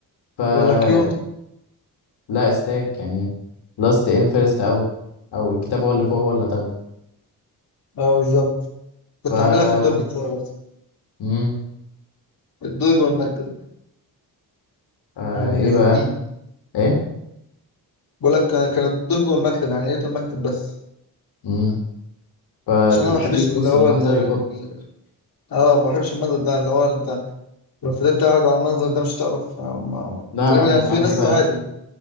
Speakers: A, on the left (about 85°); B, on the left (about 60°).
A: فلا
B: ولا كيو
A: استاك يعني لاست ان فيرست اوت او الكتاب هو اللي فوق هو اللي هتاخده
B: اه بالظبط كنت
A: ف
B: عاملها في الدرج بتاعي برضه
A: مم.
B: الدرج والمكتب
A: آه
B: يعني
A: ايه
B: الاثنين
A: بقى ايه
B: بقول لك كان الدرج والمكتب يعني يا ريت المكتب بس
A: مم. فتيجي
B: عشان انا ما بحبش
A: تبص
B: اللي هو
A: المنظر
B: ال-
A: يخض
B: ال- اه ما بحبش المنظر ده اللي هو انت لو فضلت قاعد على المنظر ده مش هتعرف آه، ما-
A: لا
B: تقريبا
A: انا كنت
B: يعني في
A: عامل
B: ناس
A: ايه بقى
B: عادي